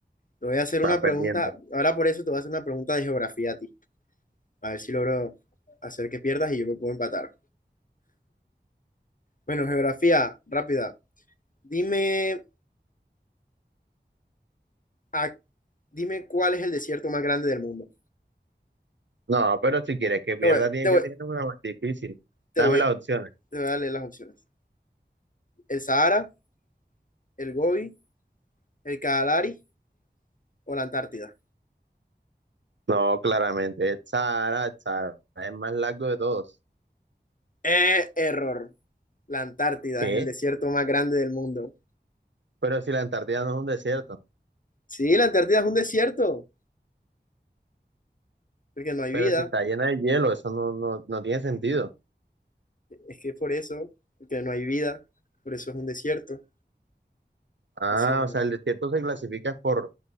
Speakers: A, on the left; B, on the right.
A: Te voy a hacer
B: Vas
A: una
B: perdiendo.
A: pregunta. Ahora por eso te voy a hacer una pregunta de geografía a ti. A ver si logro hacer que pierdas y yo me puedo empatar. Bueno, geografía, rápida. Dime... ¿A Dime cuál es el desierto más grande del mundo.
B: No, pero si quieres que pierda,
A: Te voy,
B: tienes
A: te voy,
B: que tener una más difícil.
A: te
B: Dame
A: voy,
B: las opciones.
A: te voy a leer las opciones. ¿El Sahara, el Gobi, el Kalahari o la Antártida?
B: No, claramente. El Sahara, el Sahara es el más largo de todos.
A: Eh, error. La Antártida
B: ¿Qué?
A: es el desierto más grande del mundo.
B: Pero si la Antártida no es un desierto.
A: Sí, la Antártida es un desierto, porque no hay
B: Pero
A: vida.
B: si está llena de hielo, eso no, no, no tiene sentido.
A: Es que por eso, porque no hay vida, por eso es un desierto.
B: Ah,
A: O sea,
B: o sea, el desierto se clasifica por,